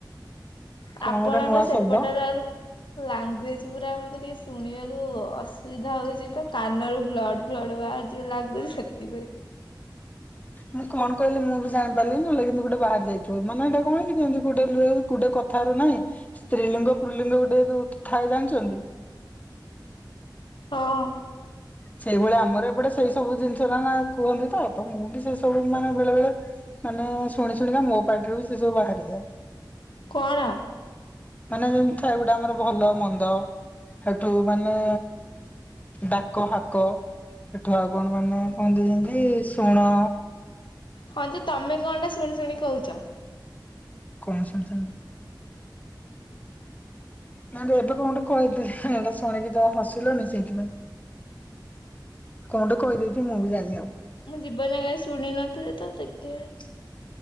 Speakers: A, on the left; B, on the left.
A: କଣ
B: ଆପଣଙ୍କ
A: ଗୋଟେ ନୂଆ
B: ସେପଟର
A: ଶବ୍ଦ।
B: ଲାଙ୍ଗୁଏଜ ପୁରା ମତେ ଟିକେ ଶୁଣିବାକୁ ଅସୁବିଧା ହଉଛି ତ କାନରୁ ବ୍ଲଡ ଫ୍ଲଡ ବାହାରିିବ ଲାଗୁ ସେଥିପାଇଁ।
A: ମୁଁ କଣ କହିଲି ମୁଁ ବି ଜାଣିପାରିଲି ନହେଲେ କିନ୍ତୁ ଗୋଟେ ବାହାରି ଯାଇଥିବ ମାନେ ଏଇଟା କଣ କି ଯେମିତି ଗୁଟେ ଗୁଟେ କଥାର ନାହିଁ ସ୍ତ୍ରୀଲିଙ୍ଗ ପୁର୍ଲିଙ୍ଗ ଗୁଟେ ଯୋ ଥାଏ ଜାଣିଚନ୍ତି।
B: ହଁ,
A: ସେଇଭଳିଆ ଆମର ଏପଟେ ସେଇ ସବୁ ଜିନିଷଟ ନା କୁହନ୍ତି ତ ତ ମୁଁ ବି ସେଇ ସବୁ ମାନେ ବେଳେ ବେଳେ ମାନେ ଶୁଣି ଶୁଣିବା ମୋ ପାଟିରୁ ବି ସେ ସବୁ ବାହାରିଯାଏ।
B: କଣ?
A: ମାନେ ଯେମିତି ଥାଏ ଗୋଟେ ଆମର ଭଲ ମନ୍ଦ ହେଠୁ ମାନେ ଡାକ ହାକ ଏଠୁ ଆଉ କଣ ମାନେ କୁହନ୍ତି ଯେମିତି ଶୁଣ
B: ହଁ ଯେ ତମେ କଣ ଟା ଶୁଣି ଶୁଣି କହୁଛ?
A: କଣସସ ନାଇ ଏବେ କଣ ଗୋଟେ କହିଥିଲି ଏଟା ଶୁଣିକି ତ ହସିଲନି ସେଇଥିପାଇଁ କଣଗୁଟେ କହିଦେଇଚି ମୁଁ ବି ଜାଣିନି ଆଉ।
B: ମୁଁ ଜୀବନରେ ସୁୂଣିନଥିଲି ତ ସେଇଥି ପାଇଁ।